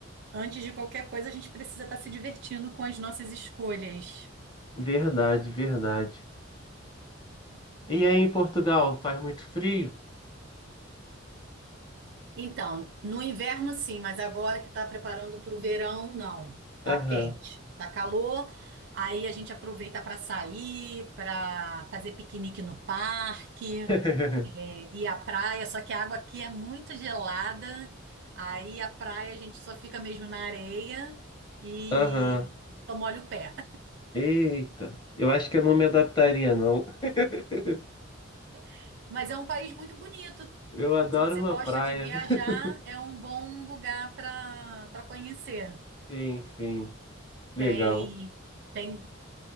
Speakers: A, on the right; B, on the left.
A: antes de qualquer coisa, a gente precisa estar se divertindo com as nossas escolhas.
B: verdade, verdade. E aí em Portugal, faz muito frio?
A: Então, no inverno sim, mas agora que tá preparando para o verão, não. Tá
B: Aham.
A: quente, tá calor. Aí a gente aproveita para sair, para fazer piquenique no parque.
B: <laughs>
A: É, e a praia, só que a água aqui é muito gelada, aí a praia a gente só fica mesmo na areia e
B: Aham.
A: só molha o pé.
B: Eita, eu acho que eu não me adaptaria, não. <laughs>
A: <laughs> Mas é um país muito bonito.
B: Eu adoro
A: Se você
B: uma
A: gosta
B: praia.
A: de viajar,
B: <laughs>
A: é um bom lugar para para conhecer.
B: Sim, sim. Legal.
A: Tem tem